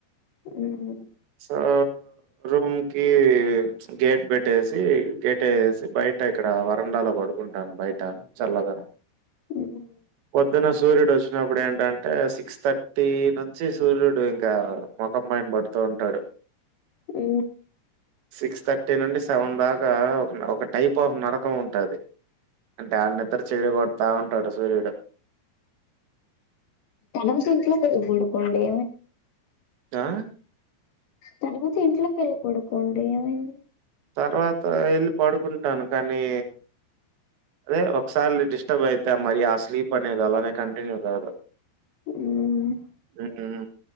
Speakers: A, on the left; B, on the right.
A: ఉహు
B: సా రూం కి గేట్ పెట్టేసి గేట్ ఏసి బయట ఇక్కడ వరండాలో పడు వుంటాను బయట చల్లగా
A: ఉమ్
B: పొద్దున సూర్యుడు వచ్చినప్పుడు ఏంటన్ టే సిక్స్ థర్టీ నుంచి సూర్యుడు ఇంకా ముఖం పైన పడుతూ ఉంటాడు
A: ఉ
B: సిక్స్ థర్టీ నుండి సెవెన్ దాకా ఒక ఒక టైప్ ఆఫ్ నరకం ఉంటాది. దాని నిద్ర చెడు కొడతా ఉంటాడు సూర్యుడు
A: తనవి <unintelligible> పడుకోండి
B: ఆ
A: తర్వాత ఇంట్లోకి వెళ్ళి పడుకోండి ఏమైంది
B: తర్వాత వెళ్ళి పడుకుంటాను కానీ అదే ఒకసారి డిస్టర్బ్ అయితే మరి ఆ స్లీప్ అనేది అలానే కంటిన్యూ కాదు
A: మ్మ్
B: ఆఎ ట నో